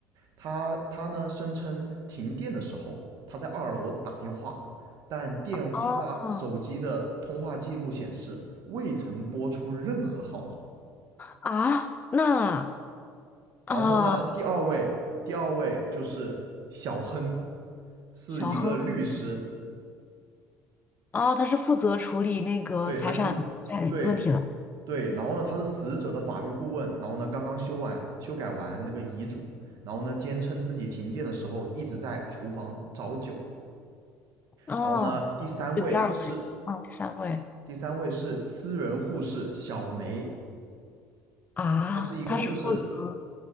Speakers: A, on the right; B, on the left.
A: 她她呢声称停电的时候，她在二楼打电话，但电话手机的通话记录显示未曾拨出任何号码。
B: 哦啊，那啊，
A: 然后呢，第二位，第二位就是小亨，是一个律师，
B: 小亨哦，他是负责处理那个财产财产问题的。
A: 对，他就是，对对，然后呢，他是死者的法律顾问，然后呢，刚刚修完修改完那个遗嘱，然后呢，坚称自己停电的时候一直在厨房找酒，
B: 哦，
A: 然后呢，第三位是
B: 就第二个人。哦，第三位
A: 第三位是私人护士小梅，
B: 啊，
A: 她是一个护士，
B: 他是负责